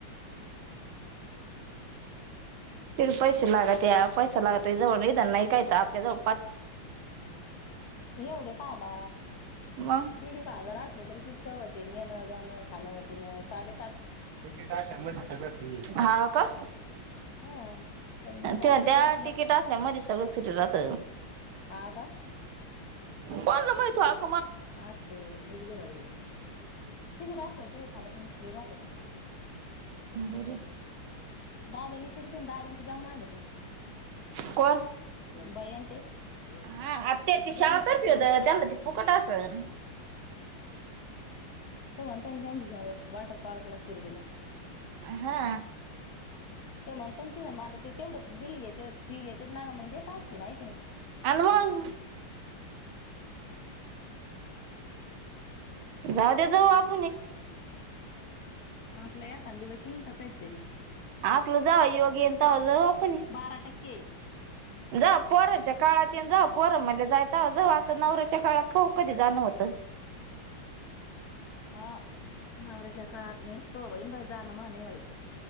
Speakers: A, on the left; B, on the right.
A: <inaudible>
B: फिर पैसे
A: चालेल
B: लागत्या पैसा लागत ते जवळ नाही त्यांनाही काय ताप आपल्या जव
A: एवढे काआला
B: मग
A: दीड एक हजार असले तरी कितकं होते येणं जाणं खाणं पिनं साडे
B: तिकट असल्या मधीच सगळ फ्री ये हा का
A: हा पण मग
B: ते
A: बाकीच
B: म्हण त्या
A: आपलं
B: तिकीट असल्या मदी सगळं फिरीरात
A: हा का
B: कोणला माहित ओ आप
A: असं म्हजे लय भारी <unintelligible> तिकीड असल्यावर तिद खाणपिणं फ्री राहतं का?
B: बरय
A: दाद्याला इचारीते ना दाद्यां न ते जाऊन आलेत ना
B: कोण
A: भैया नं ते जेवणाचे
B: हा आत्या ती शाळातर्फी
A: पैसे
B: होत
A: नाही आहेत का
B: त्यांना ते फुकट आसन
A: ते म्हणता ना जेव <unintelligible> वॉटर पार्क ला शिर्डीला
B: हा
A: ते म्हणता ना तिद म आता ते तेवढं बिल घेत्या फी घेत्यात ना मग देत असतीनं हाय की नाय.
B: आनं मंग जाऊद्या जाऊ आप
A: आपला एखानं दिवश येईन का काय - तरी
B: आपलं जाव योगी येईन तवा जाऊ आपुनी
A: बारा टक्के
B: जा पोरांच्या काळात येन जाव पोर म्हणले जाय तवा जाऊ आता नवऱ्याच्या काळात पाहू कधी जाण होत.
A: हा नवऱ्याच्या काळात होईन तो होईन बाई जाणं म्हा नाई व्हायचं.